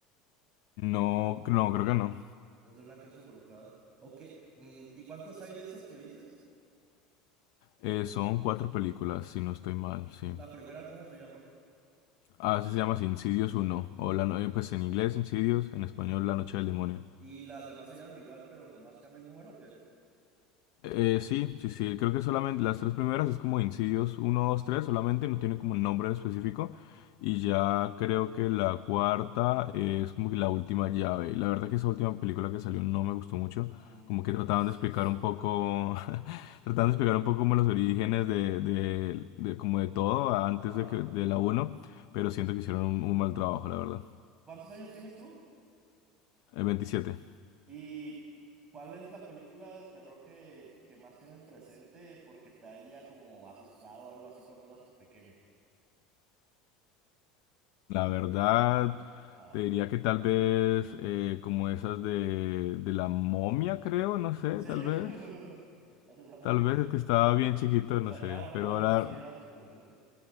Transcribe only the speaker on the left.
No, no, creo que no.
Eh, son cuatro películas, si no estoy mal, sí.
Ah, eso se llama así, Insidious uno O la no- eh, pues en inglés Insidious, en español La Noche del Demonio.
Eh, sí, sí, sí, creo que solamente las tres primeras es como Insidious uno dos tres solamente no tiene como un nombre en específico. Y ya creo que la cuarta es como que la última llave. La verdad que esa última película que salió no me gustó mucho.
Como
que trataban
de explicar
un poco, <laughs> trataban de explicar un poco como los orígenes de, de, de como de todo antes
de, que, de la uno pero siento que hicieron un, un mal trabajo, la verdad.
El veintisiete
La verdad,
te diría que tal vez eh, como esas de, de la momia, creo, no sé,
tal vez.
Tal vez es que estaba bien chiquito, no
sé.
Pero ahora,